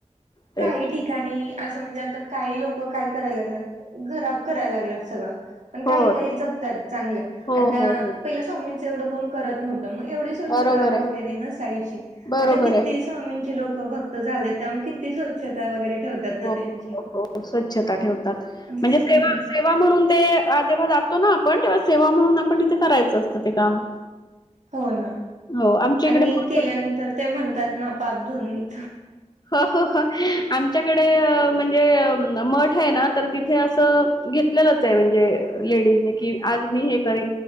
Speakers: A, on the left; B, on the right.
A: तेच
B: काही ठिकाणी असं म्हणजे आता काही लोक काय कराय लागलेत घराब करायला लागलत सगळं पण काही
A: हो
B: काही जपतात चांगले
A: हो
B: आणि त्या
A: हो हो
B: पहिले स्वामींच एवढं कोण करत नव्हत मग एवढी स्वच्छता
A: बरोबर आहे
B: वगैरे नसायची
A: बरोबर
B: आता किती
A: आहे
B: स्वामींची लोक भक्त झाले त्या मग किती स्वच्छता वगैरे ठेवतात
A: हो
B: ना त्यांची
A: हो स्वच्छता ठेवतात
B: हम्म
A: म्हणजे सेवा सेवा म्हणून ते जेव्हा तो ना आपण तेव्हा सेवा म्हणून आपण तिथे करायचं असतं ते काम
B: हो ना
A: हो आमच्या
B: आणि
A: इकडे मोठ
B: केल्यानंतर ते म्हणतात ना पापधोननी
A: हो हो हो आम म्हणजे मठ आहे ना तर तिथे अस घेतलं जातं म्हणजे लेडीज ने की आज मी हे कर